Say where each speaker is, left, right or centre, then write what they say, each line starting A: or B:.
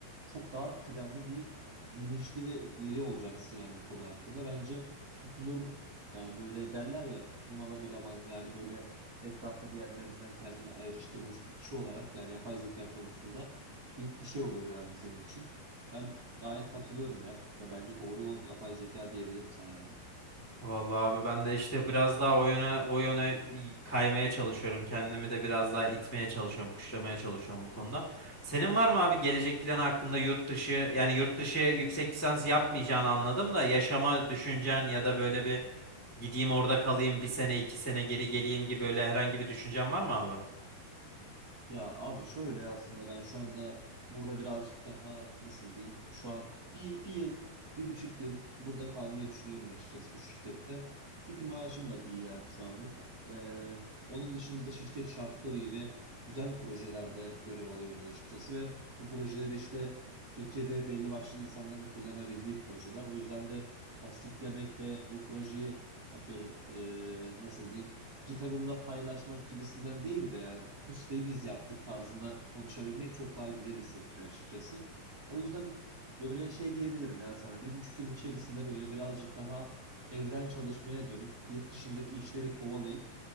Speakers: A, on the right; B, on the left.
A: çok daha kıdemli bir bilinçli ve biri olacaksın yani bu konu hakkında. Bence tutulur yani böyle derler ya tutulmalı eleman yani böyle etrafta diğerlerinden kendini ayrıştırmış bir kişi olarak yani yapay zeka konusunda büyük bir şey olur yani senin için. Ben gayet katılıyorum ya Fikre. Bence doğru yol yapay zeka diyebilirim sana yani.
B: Vallahi abi ben de işte biraz daha o yöne o yöne i- kaymaya çalışıyorum. Kendimi de biraz daha itmeye çalışıyorum, puşlamaya çalışıyorum bu konuda. Senin var mı abi gelecek planı hakkında yurt dışı yani yurt dışı yüksek lisans yapmayacağını anladım da yaşama düşüncen ya da böyle bir gideyim orada kalayım bir sene iki sene geri geleyim gibi öyle herhangi bir düşüncen var mı abi?
A: Ya abi şöyle aslında ben şu anda burada birazcık daha nasıl diyeyim şu an bir, bir yıl bir buçuk yıl burada kalmayı düşünüyorum açıkçası bu şirkette. Çünkü maaşım da iyi yani şu anlık. Ee, onun dışında da şirket şartları iyi ve güzel projelerde görev alıyoruz açıkçası ve bu projeleri işte Türkiye'de belli başlı insanların kullanabildiği projeler. O yüzden de tasdiklemek ve bu projeyi atıyorum ee, nasıl diyeyim kitabımda paylaşmak gibisinden değil de yani bu siteyi biz yaptık tarzında konuşabilmek çok daha güzel hissettiriyor açıkçası. O yüzden böyle şey diyebilirim ya sana bir buçuk yıl içerisinde böyle birazcık daha evden çalışmaya dönüp yurt dışındaki işleri kovalayıp